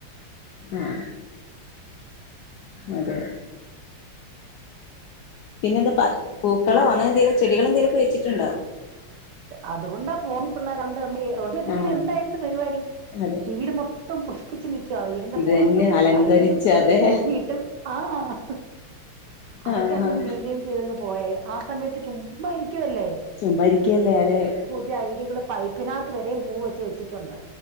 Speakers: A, on the left; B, on the right.
A: ആഹ അതെ പിന്നെ എന്താ പറ് പൂക്കളം
B: ആ
A: ആണ് എന്തേലും ചെടികൾ എന്തെലുമൊക്കെ വെച്ചിട്ടുണ്ടോ
B: അതുകൊണ്ടാ പോന്നി പിള്ളേരോണ്ടെങ്കി <unintelligible>
A: ആഹ്
B: പിന്നെ എന്തായിരുന്നു പരിപാടി
A: അതെ
B: വീടുംമോ മൊത്തോം പുഷ്പിച്ച് നിക്കുവാ വീടിന്റെ
A: ഇത്
B: പുറത്തും
A: തന്നെ അലങ്കരിച്ച്
B: സൈഡിലും
A: അതെ
B: തൂങ്ങിയിട്ടും ആഅഹ് അതൊക്കെ
A: ആഹ്
B: അങ്ങനെ മെയിന്റെയിൻ ചെയ്തങ്ങ് പോയേ ആ സമയത്ത് ചുമ്മായിരിക്കുവല്ലേ
A: ചുമ്മായിരിക്കുവല്ലേ ആരെ
B: ഈ ഐഡികള് പൈപ്പിനാത്ത് വരേയും പോവോ ചോയിച്ചിട്ടുണ്ട്